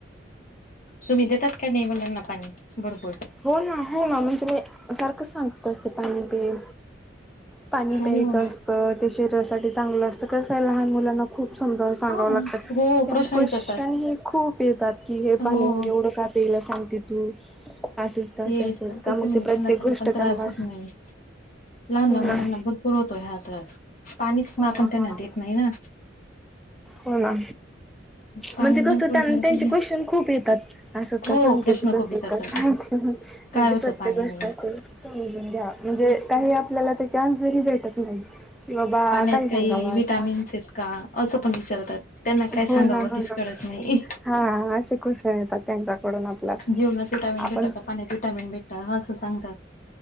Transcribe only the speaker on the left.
तुम्ही देतात काय नाही मुलांना पाणी भरपूर.
हो
हा
हो
प्रश्न
विचारतात
हो
तेच
तर करते
मी
त्यांना सनासाना
पण
त्रास हो नाही लहान
मुलांना बर. पुरवतोय ह्या त्रास पाणी सु
आपण
त्यांना
देत नाही ना.
पाणी
भरपूर
घ्यायला
पाहिजे.
हो
प्रश्न
खूप विचारतात
काय
होतं
पाण्याने
पाण्यात
काही विटॅमिन्स
आहेत का असं पण विचारतात. त्यांना काय
सांगावं
तेच
कळत नाही.
जीवना विटावीन
भेट का पाण्या विटावीन भेट ह असं सांगतात.